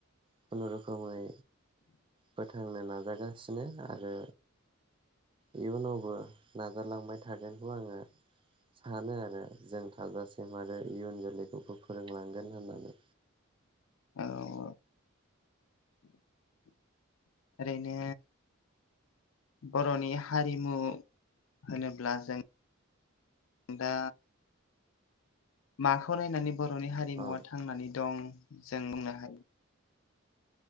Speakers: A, on the right; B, on the left.
A: खुनु रोखोमै फोथांनो नाजागासिनो आरो इयुनावबो नाजालांबाय थागोनखौ आङो सानो आरो जों थाजासिम आरो इयुन जोलैखौबो फोरोंलांगोन होननानै
B: औ ओरैनो बर'नि हारिमु होनोब्ला जों दा माखौ नायनानै बर'नि हारिमुवा
A: औ
B: थांनानै दं जों बुंनो हायो